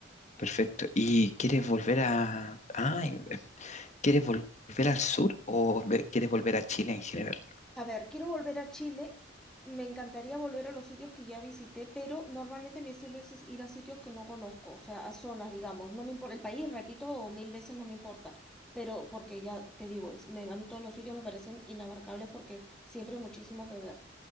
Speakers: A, on the left; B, in the centre.
A: Perfecto. ¿Y quieres volver a... Ah, ¿quieres volver al sur o ve- quieres volver a Chile en general?
B: A ver, quiero volver a Chile. Me encantaría volver a los sitios que ya visité, pero normalmente mi estilo es es ir a sitios que no conozco, o sea, a zonas, digamos. No me importa el país, repito, mil veces no me importa. Pero porque ya te digo, es- me- a mí todos los sitios me parecen inabarcables porque siempre hay muchísimo que ver.